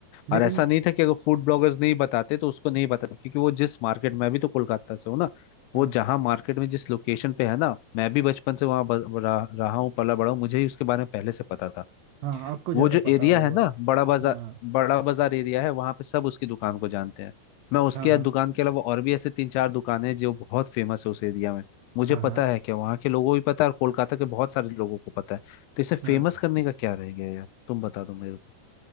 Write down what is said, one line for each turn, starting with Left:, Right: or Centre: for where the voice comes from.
Right: लेकिन
Left: और ऐसा नहीं था कि अगर फूड ब्लॉगर्स नहीं बताते तो उसको नहीं बताते क्योंकि वो जिस मार्केट में अभी तो कोलकाता से हूँ ना
Right: हाँ
Left: वो जहाँ मार्केट में जिस लोकेशन पे है ना मैं भी बचपन से वहाँ ब- रहा रहा हूँ पला बड़ा हूँ मुझे ही उसके बारे में पहले से पता था
Right: हाँ आपको ज़्यादा
Left: वो जो
Right: पता
Left: एरिया
Right: होगा
Left: है ना बड़ा बाजार
Right: हाँ
Left: बड़ा बाजार एरिया है वहाँ पे सब उसकी दुकान को जानते हैं मैं उसके
Right: हाँ हाँ
Left: दुकान के अलावा और भी ऐसे तीन चार दुकानें हैं जो बहुत फेमस है उस एरिया में मुझे
Right: हाँ हाँ
Left: पता है कि वहाँ के लोगों को भी पता है और कोलकाता के बहुत सारे लोगों को पता है तो इसे फेमस
Right: हाँ
Left: करने का क्या रह गया यार तुम बता दो मेरे को।